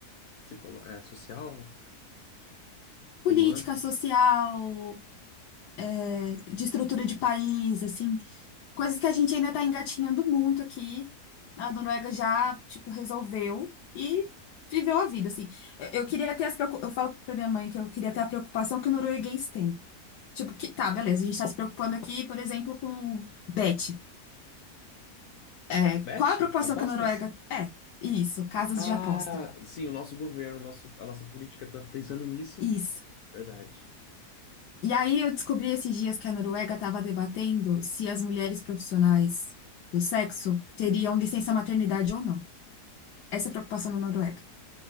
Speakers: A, on the left (about 65°); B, on the left (about 80°).
A: Psicolo... É, social?
B: política
A: Humana?
B: social, é, de estrutura de país, assim, coisas que a gente ainda está engatinhando muito aqui. A Noruega já, tipo, resolveu e viveu a vida, assim. Eu, eu queria ter as preocu- Eu falo pra minha mãe que eu queria ter a preocupação que o norueguês tem. Tipo, que tá, beleza, a gente tá se preocupando aqui, por exemplo, com Bet. É,
A: Bet?
B: qual a preocupação
A: Apostas?
B: que a Noruega. É, isso, casas
A: Ah,
B: de aposta.
A: sim, o nosso governo, o nosso, a nossa política tá pensando nisso.
B: Isso.
A: Verdade.
B: E aí eu descobri esses dias que a Noruega estava debatendo se as mulheres profissionais do sexo teriam licença maternidade ou não. Essa é a preocupação na Noruega.